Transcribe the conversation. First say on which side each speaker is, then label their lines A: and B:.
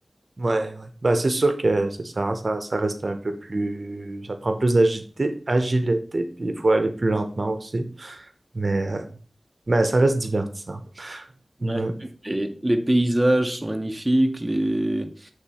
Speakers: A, on the right; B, on the right.
A: Ouais, ouais. Bah, c'est sûr que c'est ça, ça, ça reste un peu plus, ça prend plus d'agilité, agilité, puis il faut aller plus lentement aussi. Mais, euh, mais ça reste divertissant. Ouais,
B: Ouais. Et les paysages sont magnifiques, les...